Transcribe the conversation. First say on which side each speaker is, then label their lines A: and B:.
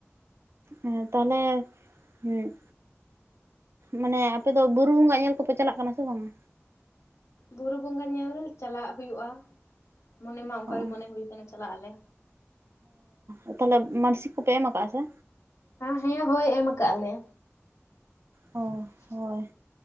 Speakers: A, on the right; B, on the left.
A: ᱚ ᱛᱟᱦᱚᱞᱮ ᱩᱸ ᱢᱟᱱᱮ ᱟᱯᱮ ᱫᱚ ᱵᱩᱨᱩ ᱵᱚᱸᱜᱟ ᱧᱮᱞ ᱠᱚᱯᱮ ᱪᱟᱞᱟᱜ ᱠᱟᱱᱟ ᱥᱮ ᱵᱟᱝᱟ?
B: ᱵᱩᱨᱩ ᱵᱚᱸᱜᱟ ᱧᱮᱞ ᱪᱟᱞᱟᱜ ᱦᱩᱭᱩᱜᱼᱟ ᱢᱚᱱᱮ ᱢᱟ ᱚᱱᱠᱟᱜᱮ
A: ᱚ
B: ᱢᱚᱱᱮ ᱦᱩᱭ ᱠᱟᱱᱟ ᱪᱟᱞᱟᱜ ᱟᱞᱮ᱾
A: ᱚ ᱛᱟᱦᱚᱞᱮ ᱢᱟᱱᱥᱤᱠ ᱠᱚᱯᱮ ᱮᱢ ᱟᱠᱟᱫ ᱟᱥᱮ?
B: ᱦᱟ ᱦᱮᱸ ᱦᱳᱭ ᱮᱢ ᱟᱠᱟᱜ ᱟᱞᱮ᱾
A: ᱚ ᱦᱳᱭ